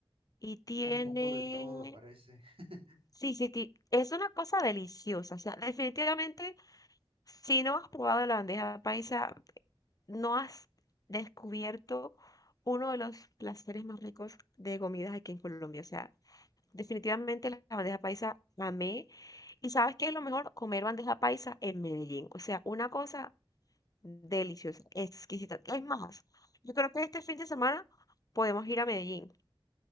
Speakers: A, on the left; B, on the right.
A: y tiene...
B: Un poco de todo, parece. <laughs>
A: Sí, sí, ti- es una cosa deliciosa. O sea, definitivamente, si no has probado la bandeja paisa, ¿No has descubierto uno de los placeres más ricos de comidas aquí en Colombia? O sea, definitivamente la bandeja paisa amé. ¿Y sabes qué es lo mejor? Comer bandeja paisa en Medellín. O sea, una cosa deliciosa, exquisita. Es más, yo creo que este fin de semana podemos ir a Medellín.